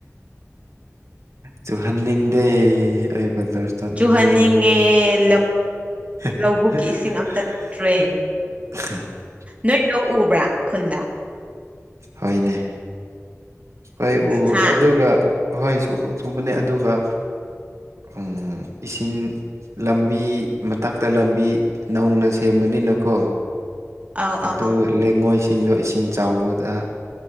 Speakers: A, on the right; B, on the right.
A: ꯆꯨꯍꯟꯅꯤꯡꯗꯦ ꯑꯩ ꯕꯖꯥꯔ ꯆꯠꯅꯤꯡꯉꯥꯏ
B: ꯆꯨꯍꯟꯅꯤꯡꯉꯦ
A: ꯂꯩꯌꯦ
B: ꯂꯧ
A: <inaudible>
B: ꯂꯧꯕꯨꯛꯀꯤ ꯏꯁꯤꯡ ꯑꯝꯇ ꯂꯩꯇ꯭ꯔꯦ ꯅꯣꯏ ꯂꯧ ꯎꯕ꯭ꯔꯥ ꯈꯨꯟꯗ
A: ꯍꯣꯏꯅꯦ ꯍꯣꯏ ꯎ
B: ꯍꯥ
A: ꯑꯗꯨꯒ ꯍꯣꯏ ꯁꯨꯕꯅꯦ ꯑꯗꯨꯒ ꯎꯝ ꯏꯁꯤꯡ ꯂꯝꯕꯤ ꯃꯇꯛꯇ ꯂꯝꯕꯤ ꯅꯧꯅ ꯁꯦꯝꯕꯅꯤꯅꯀꯣ
B: ꯑꯧ
A: ꯑꯗꯨ
B: ꯑꯧ
A: ꯂꯩꯉꯣꯏꯁꯤꯡꯗꯣ ꯏꯁꯤꯡ ꯆꯥꯎꯕꯗ